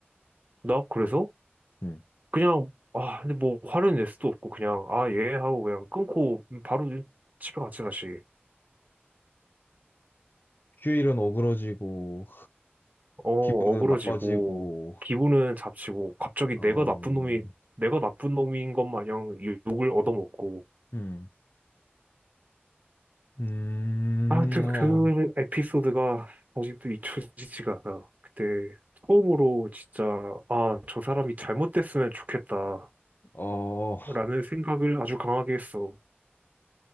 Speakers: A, on the right; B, on the left.
A: 나 그래서
B: 음.
A: 그냥 아 근데 뭐 화를 낼 수도 없고 그냥 아 예 하고 그냥 끊고 바로 집에 갔지 다시
B: 휴일은 어그러지고,
A: 어
B: 기분은
A: 어그러지고
B: 나빠지고,
A: 기분은 잡치고 갑자기
B: 어,
A: 내가 나쁜 놈이 내가 나쁜 놈인 것 마냥 욕을 얻어먹고
B: 음, 음,
A: 하여튼
B: 어,
A: 그 에피소드가 아직도 잊혀지지가 않아 그때 처음으로 진짜 아 저 사람이 잘못됐으면 좋겠다
B: 어,
A: 라는 생각을 아주 강하게 했어